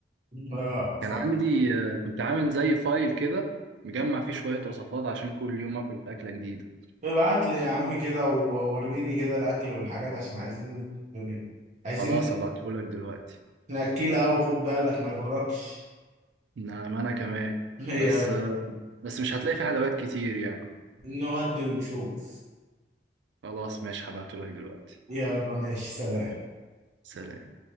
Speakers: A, on the right; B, on the right.
A: اه
B: كان عندي آه، كنت عامل زي فايل كده مجمع فيه شوية وصفات عشان كل يوم آكل أكلة جديدة
A: فابعت لي يا عم كده ووريني كده الاكل والحاجات عشان عايزين نظبط الدنيا عايزين
B: خلاص أبعتهولك دلوقتي
A: ناكلها قوي خد بالك ما يغركش
B: نعم أنا كمان
A: <laughs> يلا
B: بس آه، بس مش هتلاقي فيه حلويات كتير يعني
A: نودي ونشوف
B: خلاص ماشي هبعتهولك دلوقتي
A: يلا ماشي سلام
B: سلام